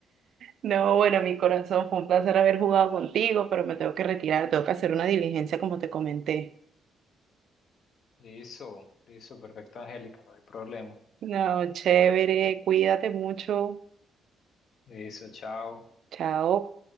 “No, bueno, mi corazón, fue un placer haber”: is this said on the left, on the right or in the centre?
Right